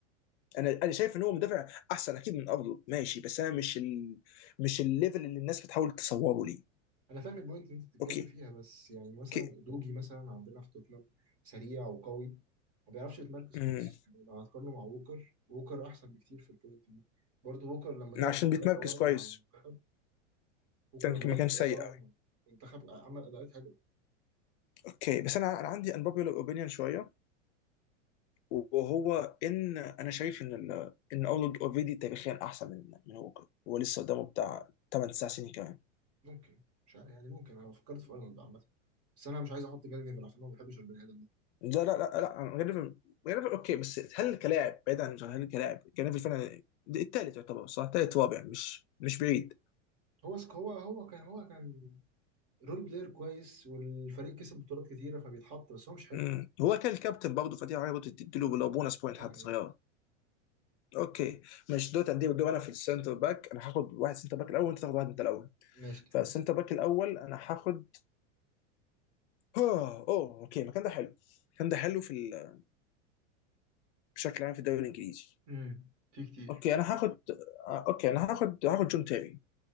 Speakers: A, on the left; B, on the right.
A: انا انا شايف ان هو مدافع احسن اكيد من ارنولد ماشي بس انا مش ال... مش الليفل اللي الناس بتحاول تصوره ليه
B: انا فاهم البوينت اللي انت بتتكلم
A: اوكي
B: فيها بس يعني مثلا
A: اوكي
B: دوجي مثلا عندنا في توتنهام سريع وقوي ما بيعرفش يتمركز خالص
A: امم
B: يعني لو هتقارنه مع ووكر ووكر احسن بكتير في البوينت دي برضه ووكر لما لعب
A: عشان
B: في الثلاثه
A: بيتمركز
B: ورا
A: كويس
B: مع المنتخب بوكر
A: كان
B: لما
A: ما
B: لعب
A: كانش
B: في الثلاثة
A: سيء
B: بقى
A: قوي
B: منتخب عمل أداءات حلوة
A: اوكي بس انا انا عندي unpopular اوبينيون شويه وهو ان انا شايف ان ال... ان ارنولد اوريدي تاريخيا احسن من من هوكر هو لسه قدامه بتاع 8 9 سنين كمان
B: ممكن مش عارف يعني ممكن أنا فكرت في أرنولد عامة بس أنا مش عايز أحط جاري نيفل عشان أنا ما بحبش البني آدم ده
A: لا لا لا لا جريفيل جريفيل اوكي بس هل كلاعب بعيد عن هل كلاعب جريفيل فعلا الثالث يعتبر صح ثالث رابع مش مش بعيد
B: هو سك هو هو كان هو كان رول بلاير كويس والفريق كسب بطولات كتيرة فبيتحط بس هو مش حلو
A: امم هو كان الكابتن برضه فدي حاجه برضه تديله لو بونس بوينت
B: يعني
A: حتى صغيره اوكي مش دوت عندي دور انا في السنتر باك انا هاخد واحد سنتر باك الاول وانت تاخد واحد انت الاول
B: ماشي اتفقنا
A: فالسنتر باك الاول انا هاخد اوه اوه اوكي المكان ده حلو المكان ده حلو في ال... بشكل عام في الدوري الانجليزي
B: امم في كتير
A: اوكي انا هاخد آه، اوكي انا هاخد هاخد جون تيري